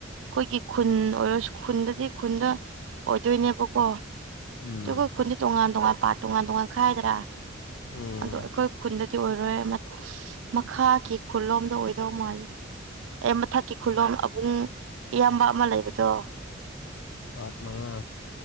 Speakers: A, on the right; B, on the left.
A: ꯈꯣꯏꯒꯤ ꯈꯨꯟ ꯑꯣꯏꯔꯁꯨ ꯈꯨꯟꯗꯗꯤ ꯈꯨꯟꯗ ꯑꯣꯏꯗꯣꯏꯅꯦꯕꯀꯣ꯫
B: ꯎꯝ
A: ꯇꯨꯒ ꯈꯨꯟꯗꯤ ꯇꯣꯉꯥꯟ-ꯇꯣꯉꯥꯟ ꯄꯥꯠ ꯇꯣꯉꯥꯟ-ꯇꯣꯉꯥꯟ ꯈꯥꯏꯗꯔꯥ
B: ꯎꯝ
A: ꯑꯗꯣ ꯑꯩꯈꯣꯏ ꯈꯨꯟꯗ ꯇꯤ ꯑꯣꯏꯔꯣꯏ ꯃꯠ ꯃꯈꯥꯒꯤ ꯈꯨꯜꯂꯣꯝꯗ ꯑꯣꯏꯗꯧ ꯃꯥꯜꯂꯤ꯫ ꯑꯦ ꯃꯊꯛꯀꯤ ꯈꯨꯜꯂꯣꯝ ꯑꯕꯨꯡ ꯏꯌꯥꯝꯕ ꯑꯃ ꯂꯩꯕꯗꯣ꯫
B: ꯄꯥꯠ ꯃꯉꯥ꯫